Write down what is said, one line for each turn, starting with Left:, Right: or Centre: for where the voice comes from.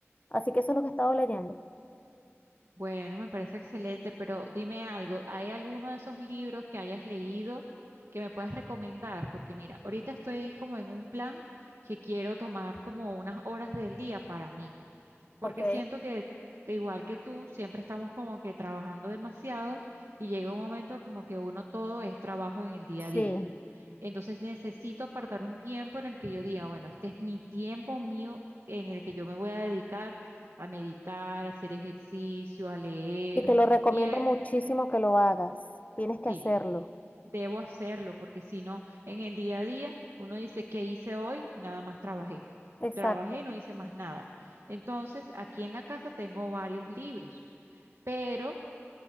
Left: Así que eso es lo que he estado leyendo.
Right: ok. Bueno, me parece excelente, pero dime algo, ¿hay alguno de esos libros que hayas leído que me puedas recomendar? Porque mira, ahorita estoy como en un plan que quiero tomar como unas horas del día para mí, porque
Left: Ok.
Right: siento que, que igual que tú, siempre estamos como que trabajando demasiado y llega un momento como que uno todo es trabajo en el día a día.
Left: Sí.
Right: Entonces necesito apartar un tiempo en el que yo diga, bueno, este es mi tiempo mío en el que yo me voy a dedicar a meditar, a hacer ejercicio, a leer
Left: Y te lo recomiendo
Right: y a-
Left: muchísimo que lo hagas. Tienes que
Right: sí,
Left: hacerlo.
Right: debo hacerlo porque si no, en el día a día uno dice, ¿qué hice hoy? Nada más trabajé.
Left: Exacto.
Right: Trabajé, no hice más nada. Entonces, aquí en la casa tengo varios libros, pero